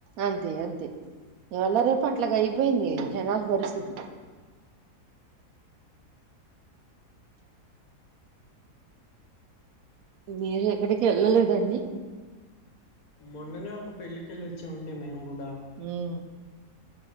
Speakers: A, on the right; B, on the left.
A: అంతే అంతే ఈవల రేపట్లగ అయిపోయింది జనాల పరిస్థితి మీరు ఎక్కడికి ఎళ్ళలేదా అండి.
B: మొన్ననే ఒక పెళ్ళికి ఎల్లోచ్చామండి మేం కూడ.
A: ఉమ్